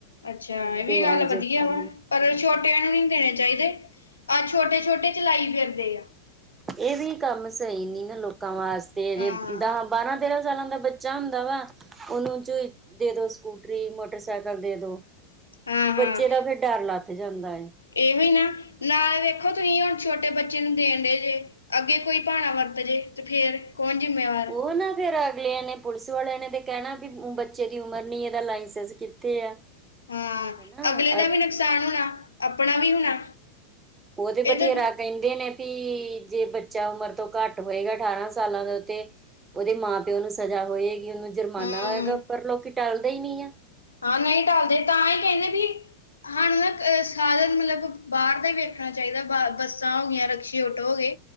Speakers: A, on the left; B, on the right.
A: ਅੱਛਾ,
B: ਮੇਰੇ
A: ਇਹ
B: ਦਿਓਰਾਂ
A: ਵੀ ਗੱਲ
B: ਜੇਠਾਂ
A: ਵਧੀਆ ਵਾ।
B: ਦੇ ਹਾਂਜੀ
A: ਪਰ ਛੋਟਿਆਂ ਨੂੰ ਨਹੀਂ ਦੇਣੇ ਚਾਹੀਦੇ, ਆਹ ਛੋਟੇ -ਛੋਟੇ ਚਲਾਈ ਫਿਰਦੇ ਆ।
B: ਇਹ ਵੀ ਕੰਮ ਸਹੀ ਨੀ ਨਾ ਲੋਕਾਂ ਵਾਸਤੇ ਹਜੇ
A: ਹਾਂ
B: ਦਸ ਬਾਰਾਂ ਤੇਰਾਂ ਸਾਲਾਂ ਦਾ ਬ ਉੱਚਾ ਹੁੰਦਾ ਵਾ, ਉਹਨੂੰ ਚ ਦੇਦੋ ਸਕੂਟਰੀ, ਮੋਟਰਸਾਈਕਲ ਦੇ ਦੋ।
A: ਹਾਂ
B: ਬੱਚੇ
A: ਹਾਂ
B: ਦਾ ਫੇਰ ਡਰ ਲੱਥ ਜਾਂਦਾ ਏ।
A: ਇਹੋ ਹੀ ਨਾ, ਨਾਲ ਵੇਖੋ ਤੁਸੀਂ ਹੁਣ ਛੋਟੇ ਬੱਚੇ ਨੂੰ ਦੇਣ ਡਹੇ ਜੇ। ਅੱਗੇ ਕੋਈ ਭਾਣਾ ਵਰਤ ਜੇ, ਤੇ ਫੇਰ ਕੌਣ ਜਿੰਮੇਵਾਰ?
B: ਉਹ ਨਾ, ਫੇਰ ਅਗਲਿਆਂ ਨੇ ਪੁਲਿਸ ਵਾਲਿਆਂ ਨੇ ਤੇ ਕਹਿਣਾ ਵੀ ਬੱਚੇ ਦੀ ਉਮਰ ਨੀ ਇਹਦਾ ਲਾਇਸੈਂਸ ਕਿੱਥੇ ਆ?
A: ਹਅ,
B: ਹਨਾ
A: ਅਗਲੇ ਦਾ ਵੀ ਨਕਸਾਨ ਹੋਣਾ। ਆਪਣਾ ਵੀ ਹੋਣਾ
B: ਉਹ ਤੇ
A: ਇਹ
B: ਬਥੇਰਾ।
A: ਤਾਂ
B: ਕਹਿੰਦੇ ਨੇ ਵੀ ਜੇ ਬੱਚਾ ਉਮਰ ਤੋਂ ਘੱਟ ਹੋਏਗਾ, ਠਾਰਾਂ ਸਾਲਾਂ ਦੇ ਉੱਤੇ। ਉਹਦੇ ਮਾਂ- ਪਿਓ ਨੂੰ ਸਜ਼ਾ ਹੋਏਗੀ, ਉਹਨੂੰ ਜੁਰਮਾਨਾ
A: ਹੂੰ
B: ਹੋਏਗਾ, ਪਰ ਲੋਕੀ ਟਲਦਾ ਹੀ ਨੀਂ ਆ।
A: ਹਾਂ, ਨਹੀਂ ਟਾਲਦੇ ਤਾਂ ਈ ਕਹਿੰਨੇ ਵੀ। ਹਾਂ ਹਾਂ ਕ ਸਾਰਿਆ ਨੂੰ ਮਤਲਬ ਬਾਹਰ ਦਾ ਈ ਵੇਖਣਾ ਚਾਹੀਦਾ, ਬ ਬੱਸਾਂ ਹੋ ਗਿਆਂ, ਰਕਸ਼ੇ ਔਟੋ ਹੋ ਗਏ।